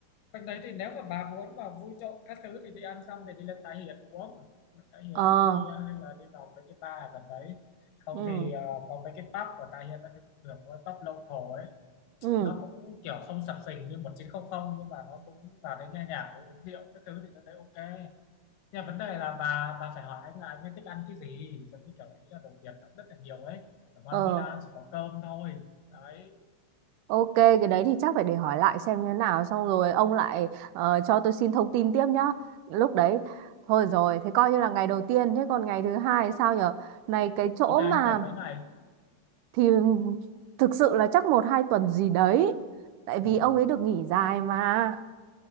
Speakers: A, on the left; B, on the right.
A: quanh đấy thì nếu mà bà muốn mà vui trộm các thứ thì đi ăn xong thì đi lên Tái hiện uống Đi lên Tái Hiền
B: ờ
A: uống bia hay là đi vào mấy cái bar ở gần đấy không
B: ừ
A: thì ờ, có mấy cái pub của Tái hiện nó cũng được cái pub local ấy
B: ừ
A: nó cũng kiểu không sập sình như một chín không không nhưng mà nó cũng vào đấy nghe nhạc rồi uống rượu các thứ thì tôi thấy ok Nhưng mà vấn đề là bà bà phải hỏi anh là anh ấy thích ăn cái gì giống như kiểu ấy là đồ Việt cũng rất là nhiều ấy ở Mon
B: ờ
A: Villa chỉ có cơm thôi đấy
B: Ok, cái đấy thì chắc phải để hỏi lại xem như thế nào xong rồi ông lại ờ, cho tôi xin thông tin tiếp nhá. Lúc đấy thôi rồi, thế coi như là ngày đầu tiên thế còn ngày thứ hai sao nhở? Này cái chỗ
A: ok anh
B: mà
A: về mấy ngày
B: thì thực sự là chắc một hai tuần gì đấy. Tại
A: ôi
B: vì
A: rồi
B: ông ấy được nghỉ dài mà.